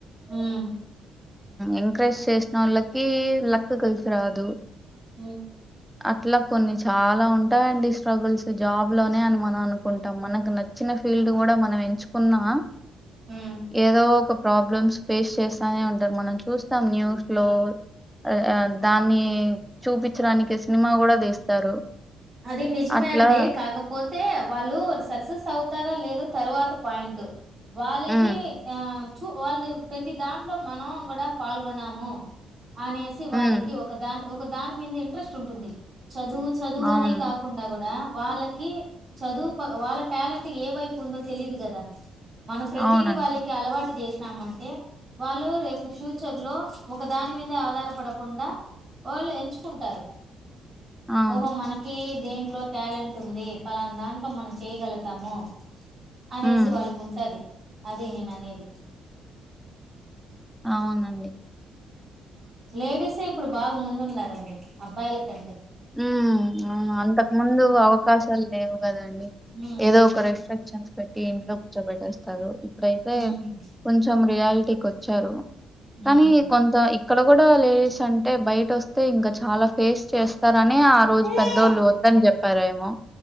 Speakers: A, on the right; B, in the centre.
A: హ్మ్
B: ఎంకరేజ్ చేసిన వోళ్ళకి లక్ కలిసి రాదు
A: మ్
B: అట్లా కొన్ని చాలా ఉంటాయిండి స్ట్రగుల్స్ జాబ్ లోనే అని మనం అనుకుంటాం మన కి నచ్చిన ఫీల్డ్ కూడా మనం ఎంచుకున్నా
A: ఉమ్
B: ఏదో ఒక ప్రాబ్లమ్స్ ఫేస్ చేస్తానే ఉంటారు మనం చూస్తాం న్యూస్ లో అ అ దాన్ని చూపించడానికి సినిమా కూడా తీస్తారు
A: అది నిజమే
B: అట్లా
A: అండి కాకపో తే వాళ్ళు సక్సెస్ అవుతారా లేద తరువాత పాయింట్ వాళ్ళకి
B: మ్మ్
A: ఆ చ వాళ్ళు ప్రతి దాంట్లో మనం కూడా పాల్గొన్నాము అనేసి వాళ్ళకి
B: మ్మ్
A: ఒక దాని ఒక దాని మీద ఇంట్రెస్ట్ ఉంటుంది చదువు చదువు
B: అవును
A: అనే కాకుండా కూడా వాళ్ళకి చదువు వాళ్ళ టాలెంట్ ఏ వైపు ఉందో తెలిదు కదా మన ప్రతిదీ
B: అవునండి
A: వాళ్ళకి అలవాటు చేస్ నమంటే వాళ్ళు రేపు ఫ్యూచర్ లో ఒక దాని మీద ఆధారపడకుండా వోళ్ళు ఎంచుకుంటారు
B: అవును.
A: ఓహో మన కి దేంట్లో టాలెంట్ ఉంది ఫలానా దాంట్లో మనం చేయగలుగుతాము అనేసి
B: హ్మ్.
A: వాళ్ళకి ఉంటది అది నేననేది
B: అవునండి
A: లేడీసే ఇప్పుడు బాగా ముందున్నారండి అబ్బాయిలకం
B: ఉమ్ అంతకు ముందు అవకాశాలు లేవు కదండి
A: హ్మ్
B: ఏదో ఒక రెస్ట్రిక్షన్స్ పెట్టి ఇంట్లో కూర్చోబెట్టేస్తారు ఇప్పుడైతే
A: హ్మ్
B: కొంచెం రియాలిటికొచ్చారు
A: హ్మ్
B: కానీ కొంత ఇక్కడ కూడా లేడీస్ అంటే బయట వస్తే ఇంకా చాలా ఫేస్ చేస్ కాని ఆ రోజు
A: హ్మ్
B: పెద్దోళ్ళు వద్దని చెప్పారేమో